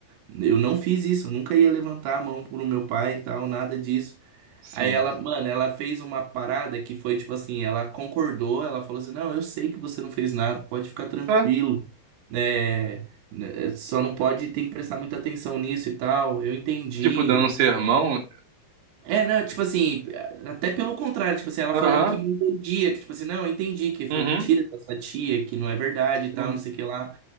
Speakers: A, on the right (about 80°); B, on the right (about 65°).
A: eu não fiz isso, eu nunca ia levantar a mão pro meu pai e tal, nada disso.
B: sim.
A: Aí ela, mano, ela fez uma parada que foi tipo assim, ela concordou, ela falou assim, não, eu sei que você não fez nada, pode ficar tranquilo,
B: Ah,
A: né? né, Só não pode, tem que prestar muita atenção nisso e tal, eu entendi.
B: tipo, dando um sermão.
A: É, não, tipo assim, até pelo contrário, tipo assim, ela
B: Aham,
A: falando que me entendia, que tipo assim, não, eu entendi que foi
B: uhum,
A: mentira da sua tia, que não é verdade e tal,
B: sim.
A: não sei o que lá.